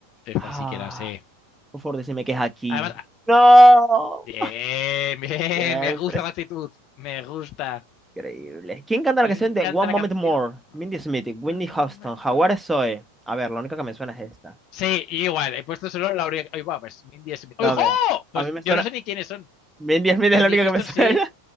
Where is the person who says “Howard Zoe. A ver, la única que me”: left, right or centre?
Centre